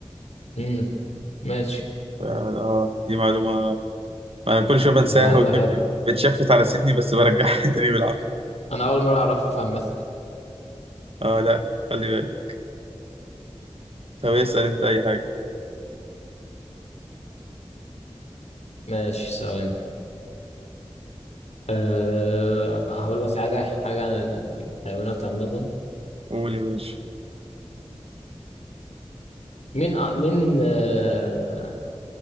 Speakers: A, on the left; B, on the right.
A: امم ماشي
B: ف- اه دي معلومة انا كل شوية بنساها
A: معلومه
B: ودماغي
A: حلوه
B: بتشفت على سيدني بس برجعها <laughs> تاني بالعافية
A: انا اول مره اعرفها عامه
B: اه لا خلي بالك طب اسأل انت اي حاجة
A: ماشي ثواني أه بقى هقول لك حاجه حاجه عن الحيوانات عامه
B: قول يا باشا
A: مين أ- مين أه